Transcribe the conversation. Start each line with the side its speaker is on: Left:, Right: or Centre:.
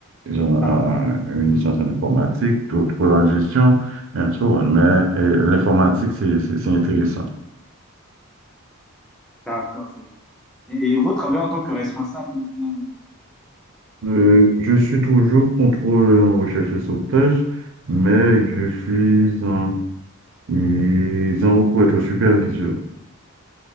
Right: Ils ont
Centre: D'accord.
Right: euh, une licence en
Centre: Mhm.
Right: informatique, d'autres en gestion, and so on. Mais euh, l'informatique, c'est c'est- c'est intéressant.
Centre: D'accord. c'est- Et, et vous travaillez en tant que responsable ou bien.
Right: Euh, je suis toujours contrôleur en recherche et sauvetage, mais je suis en Ils en ont pour être superviseurs.